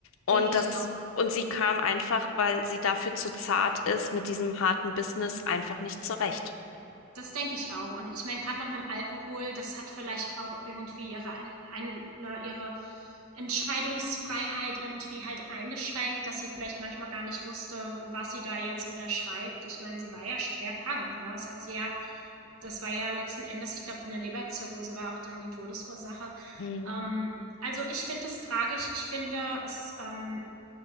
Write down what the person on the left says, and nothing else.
Und
das,
und sie kam einfach, weil sie dafür zu zart ist, mit diesem harten Business einfach nicht zurecht.
Mhm.